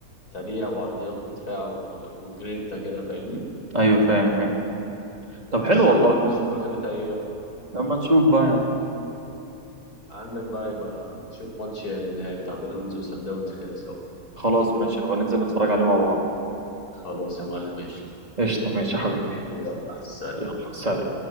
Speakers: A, on the left; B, on the right.
A: سريع وعرضيات ودفاع و... وجرينتا كده فاهمني
B: أيوه فاهم فاهم طب حلو
A: بس يا
B: والله
A: عم لما نشوف اخرتها ايه بقى
B: لما نشوف بقى يا عم
A: عندك بقى يبقى نشوف ماتش النهائي بتاع بيراميدز وسان داونز كده سوا
B: خلاص ماشي نبقى ننزل نتفرج عليه مع بعض
A: خلاص يا معلم ماشي
B: قشطة ماشي يا حبيبي
A: يلا سلام
B: يلا سلام